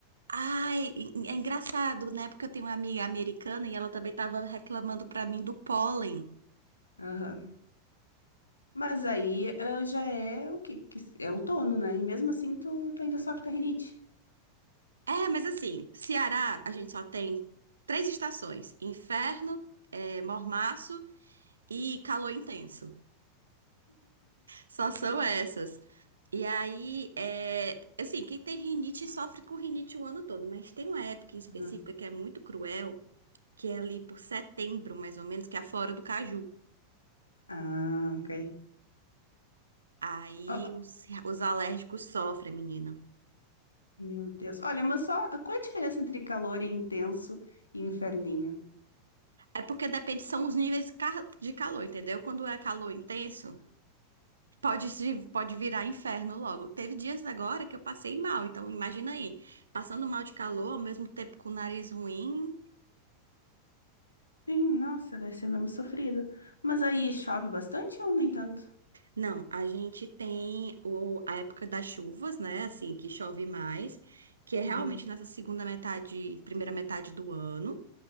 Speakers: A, on the right; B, on the left.
A: Ai, en- é engraçado, né? Porque eu tenho uma amiga americana e ela também tava reclamando pra mim do pólen.
B: Aham. Mas aí, ah, já é o que, que é outono, né? E mesmo assim tu, tu ainda sofre com a rinite.
A: É, mas assim, Ceará, a gente só tem três estações: inferno, é, mormaço e calor intenso. Só são essas. E aí, é, assim, quem tem rinite sofre com rinite o ano todo, mas tem uma época em específica
B: Uhum.
A: que é muito cruel, que é ali por setembro, mais ou menos, que é a flora do caju.
B: Ah, ok.
A: Aí
B: Ó, ó,
A: os, os alérgicos sofrem, menina.
B: meu Deus. Olha, mas só, qual é a diferença entre calor e intenso e inferninho?
A: É porque depende, são os níveis ca- de calor, entendeu? Quando é calor intenso, pode, se- pode virar inferno logo. Teve dias agora que eu passei mal, então imagina aí, passando mal de calor, ao mesmo tempo com o nariz ruim.
B: Sim, nossa, deve ser mesmo sofrido. Mas aí chove bastante ou nem tanto?
A: Não, a gente tem o, a época das chuvas, né? Assim, que chove mais, que é realmente
B: Uhum,
A: nessa segunda metade, primeira metade do ano.